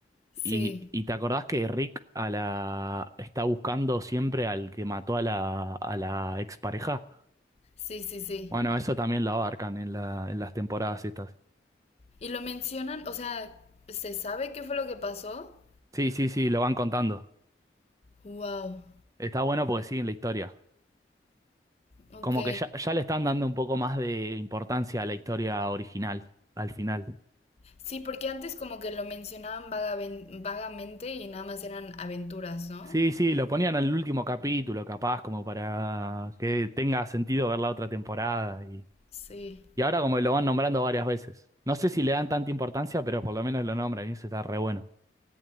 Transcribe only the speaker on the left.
Sí,
sí, sí, sí.
Y lo mencionan, o sea, ¿se sabe qué fue lo que pasó?
Wow,
ok.
Sí, porque antes como que lo mencionaban vagaben- vagamente y nada más eran aventuras, ¿no?
Sí,